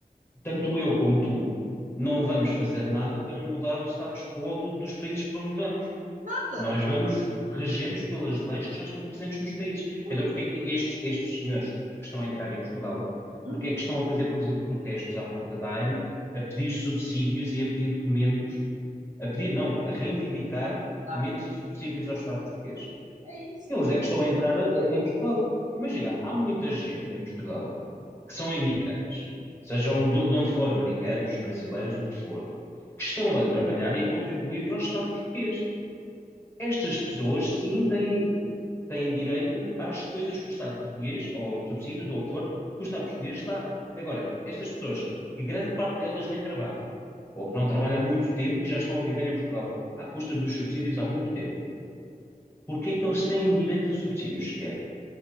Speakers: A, on the left; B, on the right.
A: Tanto eu como tu não
B: uhum.
A: vamos fazer nada para mudar o status quo do- dos países para onde vamos.
B: Nada.
A: Nós vamos reger-nos pelas leis que já estão presentes nos países.
B: Uhum,
A: Então, porque é que estes, estes senhores que estão a entrar em Portugal,
B: uhum,
A: porque é que estão a fazer, por exemplo, protestos à porta da AIMA, a pedir subsídios e a pedir documentos, a pedir, não, a reivindicar
B: exato.
A: documentos e subsídios ao Estado português?
B: É isso.
A: Eles
B: Não,
A: é que estão a entrar eh, em Portugal. Imagina, há muita gente em Portugal que são imigrantes, sejam do- de onde for, americanos, brasileiros, o que for, que estão a trabalhar e a contribuir para o Estado português. Estas pessoas, sim, têm, têm direito às coisas que o Estado português, ou aos subsídios, ou o que for, que o Estado português dá. Agora, estas pessoas, que grande parte delas nem trabalha, ou que não trabalha há muito tempo e já estão a viver em Portugal, à custa dos subsídios há muito tempo, porque é que eles têm direito a subsídios sequer?